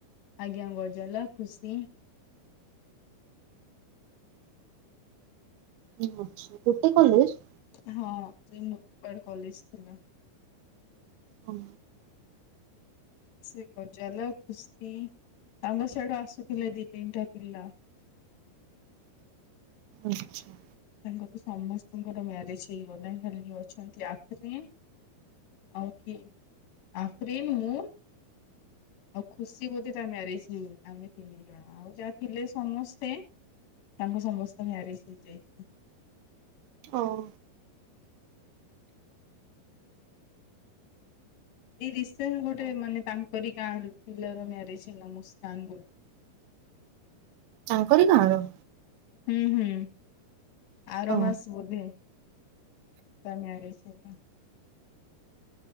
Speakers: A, on the left; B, on the right.
A: ଆଜ୍ଞା ଗଜାଲା ଖୁସି।
B: ଉଁ ହଁ ଡିପି କଲେଜ।
A: ହଁ ସେ ମୁପଡ କଲେଜ ଥିଲା।
B: ହୁଁ।
A: ସେ ଗଜାଲ ଖୁସି ତାଙ୍କ ସେଆଡୁ ଆସୁଥିଲେ ଦି ତିନିଟା ପିଲା।
B: ଆଚ୍ଛା।
A: ତାଙ୍କର ସମସ୍ତଙ୍କର ମ୍ୟାରେଜ ହେଇ ଗଲାଣି ଖାଲି ଅଛନ୍ତି ଆଫ୍ରନ୍‌। ଆଉ କିଏ ଆଫ୍ରନ୍ ମୁଁ ଆଉ ଖୁସି ବୋଧେ ତା ମ୍ୟାରେଜ ହେଇନି ଆମେ ତିନି ଜଣ। ଆଉ ଯାହା ଥିଲେ ସମସ୍ତେ ତାଙ୍କ ସମସ୍ତେ ମ୍ୟାରେଜ୍ ହେଇଯାଇଛି
B: ହଁ
A: ଏଇ ରିସେଣ୍ଟ ଗୋଟେ ମାନେ ତାଙ୍କରି ଗାଁ ର ପିଲାର ମ୍ୟାରେଜ୍ ହେଲା ମୁସ୍କାନ ବୋଲି
B: ତାଙ୍କରି ଗାଁ ର
A: ହୁଁ ହୁଁ ଆର
B: ଓ
A: ମାସ ବୋଧେ ତା ମ୍ୟାରେଜ୍ ହେଲା